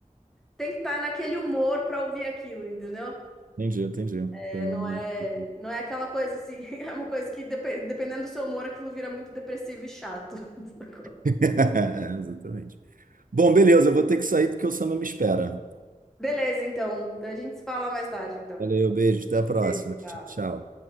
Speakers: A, in the centre; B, on the right (about 80°).
A: tem que estar naquele humor pra ouvir aquilo, entendeu?
B: Entendi, entendi.
A: É,
B: Tem
A: Não
B: uma...
A: é,
B: <laughs>
A: não é aquela coisa assim, <laughs> é uma coisa que depe- dependendo do seu humor, aquilo vira muito depressivo e chato. <laughs> Sacou?
B: É, exatamente. Bom, beleza, eu vou ter que sair porque o samba me espera.
A: Beleza, então. A gente se fala mais tarde, então.
B: Valeu, beijo, até a próxima.
A: Beijo,
B: Tchau,
A: tchau.
B: tchau.